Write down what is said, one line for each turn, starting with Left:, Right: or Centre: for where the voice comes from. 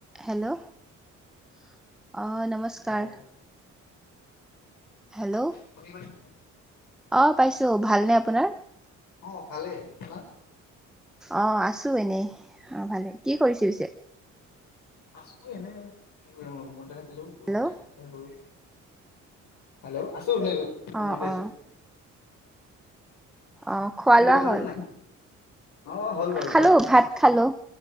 Centre: Hello অ', নমস্কাৰ।
Left: Hello
Centre: hello
Left: শুনি পাইছা ন?
Centre: অ', পাইছো ভালনে আপোনাৰ?
Left: অ', ভালেই আপোনাৰ?
Centre: অ', আছো এনেই অ', ভালে কি কৰিছে পিছে?
Left: আছো এনে কি কৰিম ৰুমতে থাকিলো কৰো
Centre: হেল্ল'
Left: হেল্লো' আছো <unintelligible>
Centre: অ', অ'।
Left: আছো
Centre: অ', খোৱা
Left: আপুনি কিবা
Centre: লোৱা
Left: খালে
Centre: হ'ল?
Left: নাই অ হ'ল বাৰু
Centre: খালো ভাত খালো